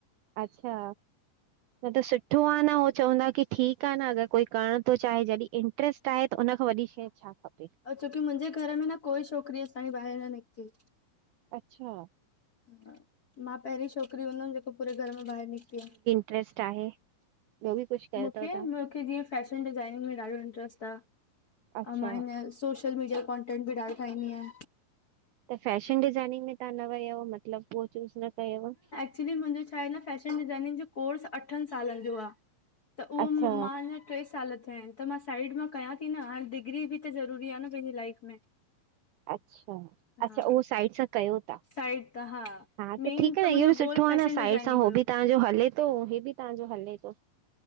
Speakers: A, on the right; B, on the left.
A: अच्छा न त सुठ ठो आ न उहो चवंदा, की ठीकु आ न अगरि कोई करण तो चाहे, जॾहिं इंट्रस्ट आहे त उन खां वॾी शइ छा खपे।
B: छोकी मुंहिंजे घर में न कोई छोकिरी अॼु ताईं ॿाहिरि न निकिती।
A: अच्छा
B: हा, मां पहिरीं छोकिरी हूंदमि जेको पूरे घर में ॿाहिरि निकिती आहे।
A: ट्रस्ट आहे ॿियो बि कुझु कयो
B: मुखे,
A: अथव तव्हां
B: मुखे जीअं फैशन डिज़ाइनिंग में ॾाढो इंट्रेस्ट आ अ
A: अच्छा
B: मां ईअं सोशल सोशल मीडिया कॉटेंट बि डाढो ठाईंदीयां।
A: त फैशन डिज़ाइनिंग, में तहां न वयव मतलब उहो चूज़ न कयव?
B: एक्चुली मुंहिंजो छा आ न फैशन डिजाइनिंग, जो कोर्स अठनि सालनि जो आ त उहो
A: अच्छा
B: मां न टे साल थिया आहिन, त मां साइड मां कयां थी न हाणे डिग्री बि त ज़रूरी आ न पंहिंजी लाइफ में।
A: अच्छा अच्छा
B: हा
A: उहो साइड सां कयो ता
B: साइड त हा
A: हा त
B: मेन
A: ठीकु आहे न
B: मुंहिंजो
A: इहो बि
B: गोल
A: सुठो
B: फैशन
A: आ न साइड
B: डिज़ाइनिंग
A: सां हो
B: हुयो
A: बि तव्हांजो, हले तो ही बि तव्हांजो हले तो।